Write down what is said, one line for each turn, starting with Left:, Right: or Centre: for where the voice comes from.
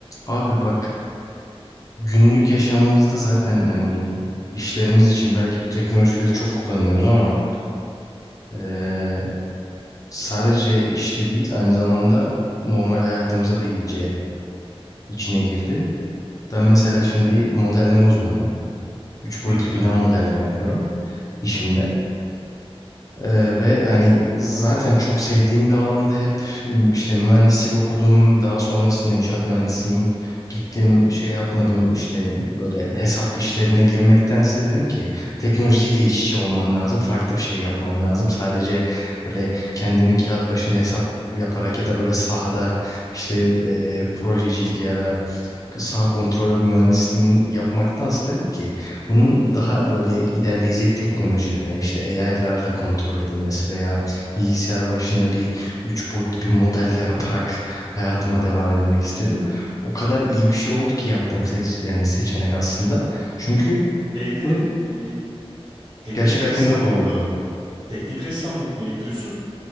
Left: Abi bak günlük yaşamımızda zaten hani işlerimiz için belki bu teknolojileri çok kullanıyoruz ama eee, sadece işte değil aynı zamanda normal hayatımıza da iyice içine girdi. Ben mesela şimdi modelleme uzmanıyım. Üç boyutlu
Right: Hı hı.
Left: bina modelleme yapıyorum işimde. Ee, ve hani zaten çok sevdiğim bir alanda hep m- işte mühendislik okudum. Daha sonrasında inşaat mühendisiyim. Gittim şey yapmadım işte böyle hesap işlerine girmektense dedim ki teknolojiyle iç içe olmam lazım. Farklı bir şey yapmam lazım. Sadece böyle kendimi kağıt başında hesap yaparak ya da böyle sahada işte e, projecilik ya da sağ kontrol mühendisliğini yapmaktansa dedim ki bunun daha böyle ilerleyecek teknolojilere işte AI'larla kontrol edilmesi veya bilgisayar başında bir üç boyutlu bir model yaratarak hayatıma devam edilmek istedim. O kadar iyi bir şey oldu ki yaptığım seç- yani seçenek aslında. Çünkü
Right: Şeyde
Left: bunu
Right: e, teknik
Left: gerçek hayatımda
Right: ressamlık
Left: kullanabiliyorum.
Right: mı teknik ressamlık mı yapıyorsun